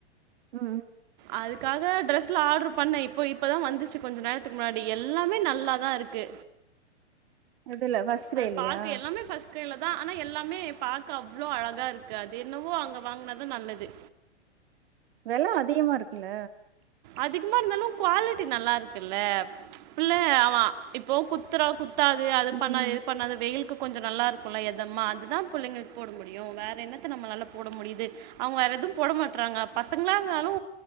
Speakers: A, on the right; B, on the right.
A: ம்
B: அதுக்காக ட்ரெஸ்ல ஆடுரு பண்ணே இப்போ இப்ப தா வந்துச்சு கொஞ்ச நேரத்துக்கு முன்னாடி எல்லாமே நல்லா தா இருக்கு
A: இதுல ஃபர்ஸ்ட் கிரேலயா?
B: அது பாக்க எல்லாமே ஃபஸ்ட் கிரைய்ல தா ஆனா எல்லாமே பாக்க அவ்ளோ அழகா இருக்கு அது என்னவோ அங்க வாங்னா தா நல்லது
A: வெல அதிகமாருக்குல்ல
B: அதிககமா இருந்தாலு குவாலிட்டி நல்லா இருக்குல்ல புள்ள அவ இப்போ குத்துரா குத் தாது அது
A: ம்.
B: பண்ணாது இது பண்ணாது வெயிலுக் கொஞ்ச நல்லாருக்குல்ல எதம்மா அதுதா புள்ளைங்களுக்கு போட முடியு வேற என்னத்த நம்மளால போட முடியிது அவுங்க வேற எது போட மாட்றாங்க பசங்களா இருந்தாலு